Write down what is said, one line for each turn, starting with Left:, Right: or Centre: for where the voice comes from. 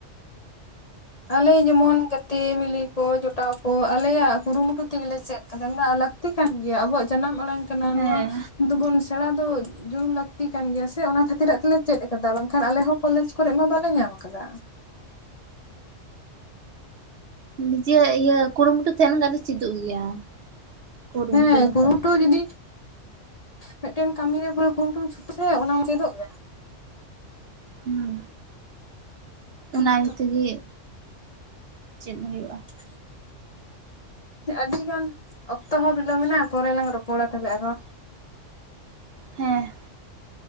Left: ᱟᱞᱮ ᱡᱮᱢᱚᱱ ᱜᱟᱛᱮ ᱢᱤᱞᱮ ᱠᱚ ᱡᱚᱴᱟᱣ ᱠᱚ ᱟᱞᱮᱭᱟᱜ ᱠᱩᱨᱩᱢᱩᱴᱩ ᱛᱮᱜᱮᱞᱮ ᱪᱮᱫ ᱠᱟᱫᱟ ᱟᱞᱮ ᱞᱟᱹᱠᱛᱤ ᱠᱟᱱ ᱜᱮᱭᱟ ᱟᱵᱚᱣᱟᱜ ᱡᱟᱱᱟᱢ ᱟᱲᱟᱝ ᱠᱟᱱᱟ
Right: ᱦᱮᱸ
Left: ᱱᱚᱣᱟ ᱫᱚᱵᱚᱱ ᱥᱮᱬᱟ ᱫᱚ ᱡᱚᱨᱩᱨ ᱞᱟᱹᱠᱛᱤ ᱠᱟᱱ ᱜᱮᱭᱟ ᱥᱮ ᱚᱱᱟ ᱠᱷᱟᱹᱛᱤᱨ ᱛᱮᱞᱮ ᱪᱮᱫ ᱠᱟᱫᱟ ᱵᱟᱝᱠᱷᱟᱱ ᱟᱞᱮ ᱦᱚᱸ ᱠᱚᱞᱮᱡᱽ ᱠᱚᱨᱮᱜ ᱢᱟ ᱵᱟᱞᱮ ᱧᱟᱢ ᱠᱟᱫᱟ
Right: ᱱᱤᱡᱮ ᱤᱭᱟᱹ ᱠᱩᱨᱩᱢᱩᱴᱩ ᱛᱟᱦᱮᱸᱱ ᱠᱷᱟᱱ ᱫᱚ ᱪᱮᱫᱚᱜ ᱜᱮᱭᱟ ᱾ ᱠᱩᱨᱩᱢᱩᱴᱩ
Left: ᱦᱮᱸ
Right: ᱞᱮᱠᱷᱟᱱ
Left: ᱠᱩᱨᱩᱢᱩᱴᱩ ᱡᱩᱫᱤ ᱢᱤᱫᱴᱮᱱ ᱠᱟᱹᱢᱤᱨᱮ ᱯᱩᱨᱟᱹ ᱠᱩᱱᱴᱩᱢ ᱪᱷᱩᱴᱟᱹ ᱟᱥᱮ ᱚᱱᱟᱢᱟ ᱪᱮᱫᱚᱜ ᱜᱮᱭᱟ
Right: ᱦᱩᱸ ᱚᱱᱟ
Left: ᱦᱮᱸ
Right: ᱤᱭᱟᱹ
Left: ᱛᱚ
Right: ᱛᱮᱜᱮ ᱪᱮᱫ ᱦᱩᱭᱩᱜᱼᱟ
Left: <inaudible> ᱟᱹᱰᱤᱜᱟᱱ ᱚᱠᱛᱚ ᱦᱚᱸ ᱵᱤᱞᱚᱢ ᱱᱟ ᱯᱚᱨᱮ ᱞᱟᱝ ᱨᱚᱯᱚᱲᱟ ᱛᱚᱵᱮ ᱟᱨᱦᱚᱸ
Right: ᱦᱮᱸ